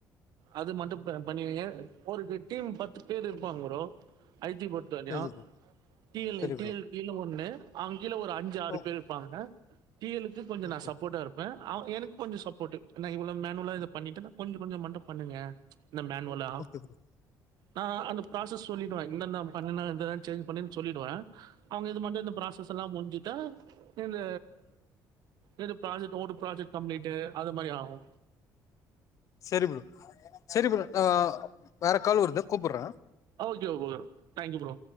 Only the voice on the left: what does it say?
சரி ப்ரோ
சரி ப்ரோ
ஓ
ஓகே
ஓகே ப்ரோ
செரி ப்ரோ செரி ப்ரோ நா வேற கால் வருது கூப்பர்ற